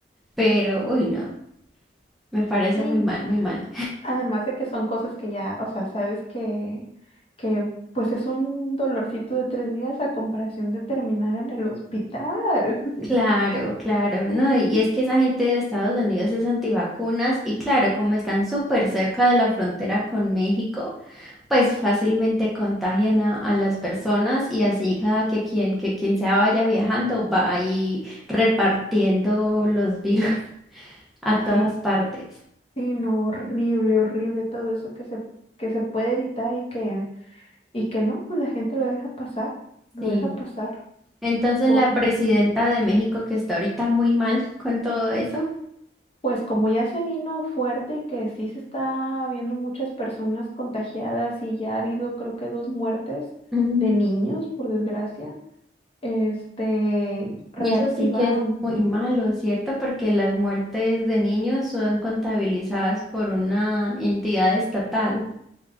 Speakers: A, in the centre; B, on the left.
A: Pero, uy, no, me parece
B: Sí,
A: muy mal,
B: no.
A: muy
B: o sea,
A: mal.
B: Además de que son cosas que ya, o sea, sabes que, que pues es un dolorcito de tres días a comparación de terminar en el hospital. <laughs>
A: Claro, claro, no. Y es que esa gente de Estados Unidos es antivacunas y claro, como están súper cerca de la frontera con México. pues fácilmente contagian a, a las personas y así cada que quien, que quien se vaya viajando va ahí repartiendo los virus <laughs> a todas
B: Sí.
A: partes.
B: Sí, no, horrible, horrible todo eso que se, que se puede evitar y que, y que no, pues la gente lo deja pasar, lo
A: Sí.
B: deja pasar.
A: Entonces
B: Por-
A: la presidenta de México que está ahorita muy mal con todo eso.
B: pues como ya se vino fuerte y que sí se está viendo muchas personas contagiadas y ya ha habido creo que dos muertes
A: mm,
B: de niños, por desgracia, este, reactivaron
A: Y eso sí que es muy malo, ¿cierto? Porque las muertes de niños son contabilizadas por una entidad estatal.